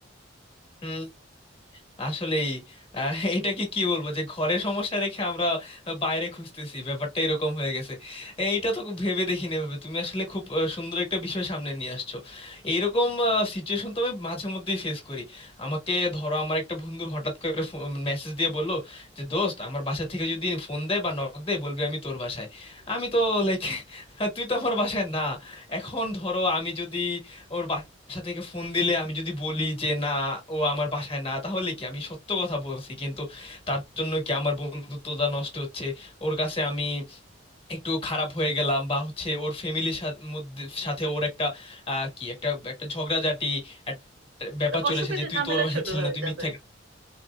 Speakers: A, on the left (about 30°); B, on the right (about 65°).
A: না আসলেই আহ, <laughs> এটা কি কি বলবো যে ঘরে সমস্যা রেখে আমরা বাইরে খুঁজতেছি ব্যাপারটা এরকম হয়ে গেছে এইটা তো খুব ভেবে দেখিনি ভাবে তুমি আসলে খুব আহ, সুন্দর একটা বিষয় সামনে নিয়ে আসছো এইরকম সিচুয়েশন তো আমি মাঝে মধ্যেই ফেস করি আমাকে ধরো আমার একটা বন্ধু হঠাৎ করে মেসেজ দিয়ে বললো যে দোস্ত আমার বাসা থেকে যদি ফোন দেয় বা নক দেয় বলবি আমি তোর বাসায় আমি তো লাইক <laughs> তুই তো আমার বাসায় না এখন ধরো আমি যদি ওর বাসায় বাসা থেকে ফোন দিলে আমি যদি বলি যে না ও আমার বাসায় না তাহলে কি আমি সত্য কথা বলছি কিন্তু তার জন্য কি আমার বন্ধুত্বটা নষ্ট হচ্ছে ওর কাছে আমি একটু খারাপ হয়ে গেলাম বা হচ্ছে ওর ফ্যামিলির সাথে মধ্যে সাথে ওর একটা আহ, কি একটা একটা ঝগড়াঝাটি একটা ব্যাপার
B: তো অসুবিধে
A: চলেছে যে তুই
B: ঝামেলা
A: তোর বাসায়
B: শুরু
A: ছিলি
B: হয়ে
A: না তুই
B: যাবে
A: মিথ্যা